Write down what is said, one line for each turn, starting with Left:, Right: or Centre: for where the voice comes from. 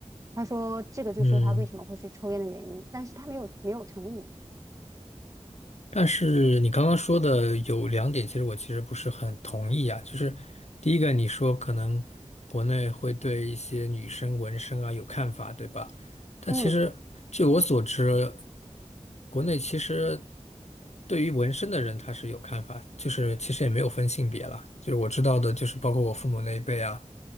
Right: 他说这个就是他为什么会去抽烟的原因，
Left: 嗯。
Right: 但是他没有没有成瘾。
Left: 但是你刚刚说的有两点，其实我其实不是很同意啊。就是第一个，你说可能国内会对一些女生纹身啊有看法，对吧？但其实据我所知，
Right: 嗯。
Left: 国内其实对于纹身的人他是有看法，就是其实也没有分性别啦。就是我知道的，就是包括我父母那一辈啊，